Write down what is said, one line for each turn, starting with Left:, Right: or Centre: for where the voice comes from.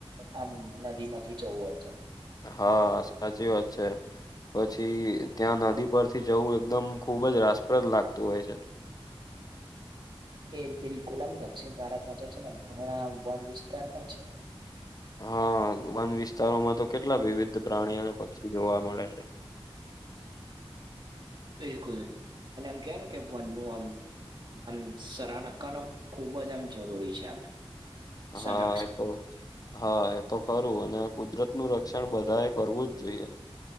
Right: આમ નદી માંથી જવું હોય તો.
Left: હા સાચી વાત છે. પછી ત્યાં નદી પરથી જવું એકદમ ખુબ જ રાસપ્રદ લાગતું હોય છે.
Right: એ બિલકુલ આમ દક્ષિણ ભારતમાં તો છે ને ઘણા વન વિસ્તાર પણ છે.
Left: હા વન વિસ્તારોમાં તો કેટલા વિવિધ પ્રાણીઓને પક્ષી જોવા મળે છે.
Right: બિલકુલ અને આમ કે ને કે વનનું આમ. આમ સરાહના કર ખુબ જ આમ જરૂરી છે આમ. સંરક્ષણ
Left: હા એ તો. હા એ તો ખરું અને કુદરત નું રક્ષણ બધા એ કરવું જ જોઈએ.